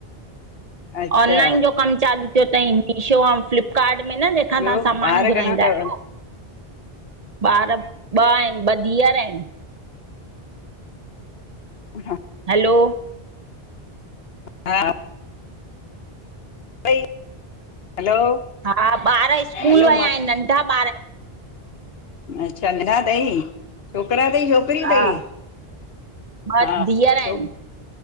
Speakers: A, on the left; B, on the right.
A: अच्छा
B: ऑनलाइन जो कम चालू कयो तई मीशो अउ फ्लिपकार्ट में न मथां
A: ॿियो
B: ताहां सामान
A: ॿार
B: घुराईंदा
A: घणा अथव?
B: आहयो ॿार ॿ आहिन ॿ धीअर आहिन।
A: <unintelligible>
B: हलो
A: हा ॿई हलो
B: हा ॿारु स्कूल
A: हलो
B: वया
A: मां
B: आहिन नंढा ॿारु
A: अच्छा नंढा तई, छोकरा तई छोक करी
B: हा
A: तई, हा,
B: ॿ धीअर
A: छो,
B: आहिनि